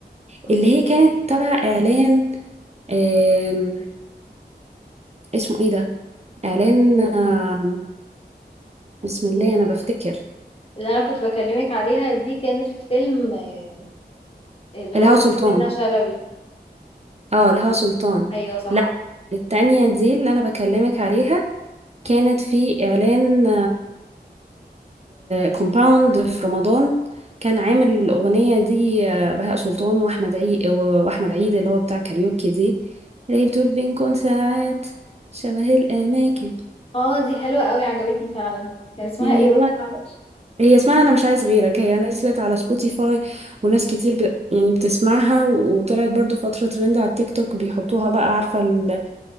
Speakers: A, on the left; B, on the right.
A: اوكي
B: اللي هي كانت تبع اعلان آم، اسمه ايه ده اعلان
A: اوكي
B: آم، بسم
A: اوكي
B: الله انا بفتكر
A: اللي انا كنت بكلمك عليها دي كانت في فيلم آه، اللي
B: الهوا
A: هو
B: سلطان
A: فيه منة شلبي
B: اه الهوا سلطان
A: ايوه صح
B: لا التانية دي اللي انا بكلمك عليها كانت في اعلان كومباوند في رمضان كان عامل الاغنية دي آه، بهاء سلطان واحمد عيد واحمد عيد اللي هو بتاع كاريوكي دي اللي هي بتقول بنكون ساعات شبه الاماكن
A: اه دي حلوه قوي عجبتني فعلا كان اسمها
B: دي
A: ايه وقت معلش
B: هي اسمها انا مش عايز غيرك هي نزلت على سبوتيفاي وناس كتير ب... يعني بتسمعها وطلعت برضو فترة ترند على التيك توك بيحطوها بقى عارفة ال...